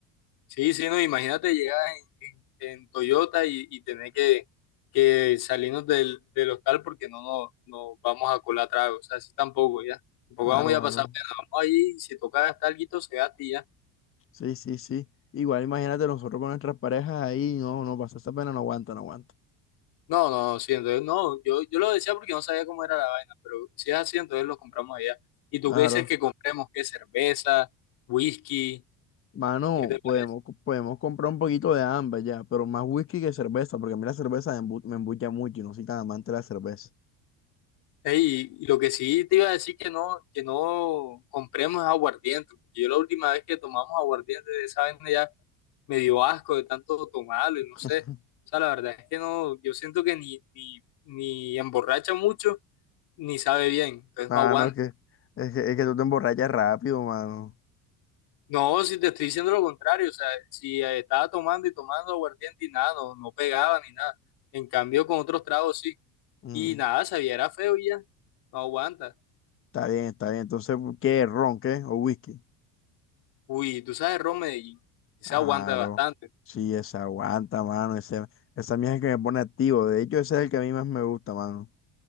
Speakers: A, on the left; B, on the left.
A: Sí, sí, no, imagínate llegar en, en- en Toyota y, y tener que, que salirnos del, del hostal porque no nos no vamos a colar trago. O sea, así tampoco, ya. Tampoco
B: Claro,
A: vamos a ir a
B: claro.
A: pasar pena. Vamos ahí, si toca gastar algo, se gasta y ya.
B: Sí, sí, sí. Igual imagínate nosotros con nuestras parejas ahí, no, no pasa esa pena, no aguanta, no aguanta.
A: No, no, sí, entonces no, yo, yo lo decía porque no sabía cómo era la vaina, pero si es así, entonces lo compramos allá. ¿Y tú
B: Claro.
A: qué dices que compremos? ¿Qué cerveza? ¿Whisky?
B: Mano,
A: ¿Qué te parece?
B: podemos, podemos comprar un poquito de ambas ya, pero más whisky que cerveza, porque a mí la cerveza me embu- me embucha mucho y no soy tan amante de la cerveza.
A: Ey, y lo que sí te iba a decir que no, que no compremos es aguardiente, porque yo la última vez que tomamos aguardiente de esa vaina ya me dio asco de tanto tomarlo y no
B: <laughs>
A: sé. O sea, la verdad es que no, yo siento que ni, ni, ni emborracha mucho, ni sabe bien, entonces
B: Mano,
A: no aguanta.
B: es que, es que, es que tú te emborrachas rápido, mano.
A: No, si te estoy diciendo lo contrario, o sea, si eh, estaba tomando y tomando aguardiente y nada, no, no pegaba ni nada. En cambio, con otros tragos sí.
B: Mm,
A: Y nada, sabía, era feo y ya, no aguanta.
B: está bien, está bien. Entonces, ¿qué? ¿Ron, qué? ¿O whisky?
A: Uy, tú sabes, Ron Medellín, sí
B: Claro.
A: se aguanta bastante.
B: Sí, esa aguanta, mano. Ese, esa mía es el que me pone activo. De hecho, ese es el que a mí más me gusta, mano.